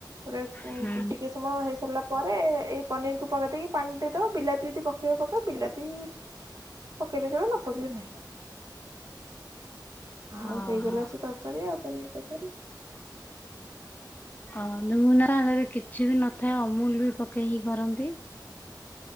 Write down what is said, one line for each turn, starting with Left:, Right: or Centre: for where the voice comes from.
Right: ଉଁ
Left: ହୁଁ
Right: ଟିକେ ସମୟ ହେଇସାରିଲା ପରେ ଏଇ ପନିରକୁ ପକେଇ ଦେଇେଇକି ପାଣି ଦେଇଦବ ବିଲାତି ଯଦି ପକେଇବ ପକେଇବ ବିଲାତି ପକେଇଲେ ଚଳିବ ନ ପକେଇଲେ ନାହିଁ। ଆଉ
Left: ଓହୋ।
Right: ହେଇଗଲା ସେ ତ ତରକାରୀ ଆଉ ପନିର୍ ତରକାରୀ।
Left: <unintelligible> ନା ଯଦି କିଛି ବି ନଥାଏ ଅମୁଲ ବି ପକେଇକି କରନ୍ତି।